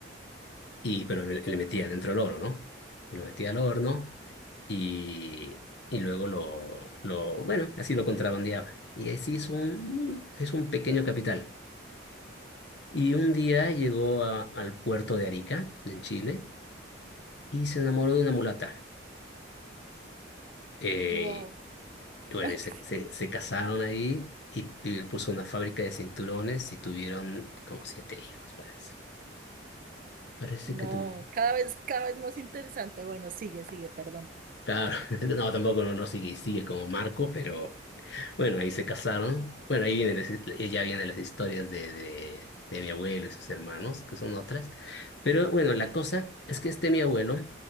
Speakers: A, on the left (about 60°); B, on the right (about 45°).
A: y, pero le, le metía dentro el oro, ¿no? Lo metía al horno y, y luego lo, lo, bueno, así lo contrabandeaba. Y así es un, es un pequeño capital. Y un día llegó a- al puerto de Arica, en Chile, y se enamoró de una mulata. Eh,
B: Wow.
A: y bueno,
B: <laughs>
A: y se, se, se casaron ahí y, y él puso una fábrica de cinturones y tuvieron como siete hijos, parece. Parece
B: No,
A: que tuvieron.
B: cada vez, cada vez más interesante. Bueno, sigue, sigue, perdón.
A: Claro, <laughs> no, tampoco no, no sigue, sigue como Marco, pero Bueno, ahí se casaron. Bueno, ahí viene, las- ya vienen las historias de, de, de mi abuelo y sus hermanos, que son otras. Pero bueno, la cosa es que este mi abuelo